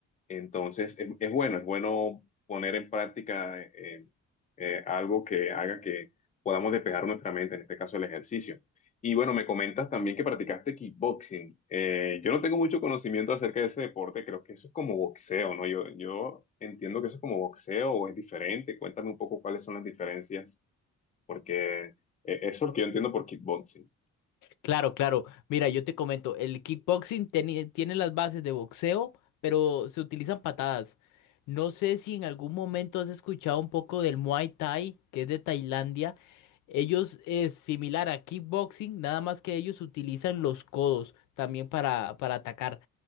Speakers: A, on the left; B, on the left.
A: Entonces, es, es bueno, es bueno poner en práctica eh, eh, algo que haga que podamos despejar nuestra mente, en este caso el ejercicio. Y bueno, me comentas también que practicaste kickboxing. Eh, yo no tengo mucho conocimiento acerca de ese deporte, creo que eso es como boxeo, ¿no? Yo, yo entiendo que eso es como boxeo o es diferente. Cuéntame un poco cuáles son las diferencias, porque eh, eso es lo que yo entiendo por kickboxing.
B: Claro, claro. Mira, yo te comento, el kickboxing teni- tiene las bases de boxeo, pero se utilizan patadas. No sé si en algún momento has escuchado un poco del Muay Thai, que es de Tailandia. Ellos es similar a kickboxing, nada más que ellos utilizan los codos también para, para atacar.